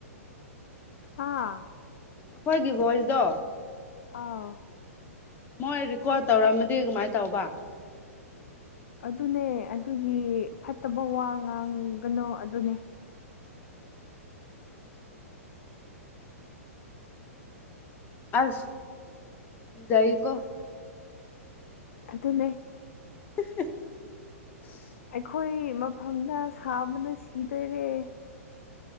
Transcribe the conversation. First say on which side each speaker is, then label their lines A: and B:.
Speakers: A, on the left; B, on the left.
A: ꯍꯥꯥ
B: ꯑꯩꯈꯣꯏꯒꯤ ꯒꯣꯜꯗꯣ
A: ꯑꯥꯎ
B: ꯃꯣꯏ ꯦꯀꯣꯔꯠ ꯇꯧꯔꯝꯃꯗꯤ ꯀꯃꯥꯏꯅ ꯇꯧꯕ
A: ꯑꯗꯨꯅꯦ ꯑꯗꯨꯒꯤ ꯐꯠꯇꯕ ꯋꯥ ꯉꯥꯡ ꯀꯅꯣ ꯑꯗꯨꯅꯦ
B: ꯑꯁ ꯗꯩꯩꯀꯣ
A: ꯑꯗꯨꯅꯦ
B: <unintelligible>
A: ꯑꯩꯈꯣꯏ ꯃꯐꯝꯗ ꯁꯥꯕꯅ ꯁꯤꯗꯣꯏꯔꯦ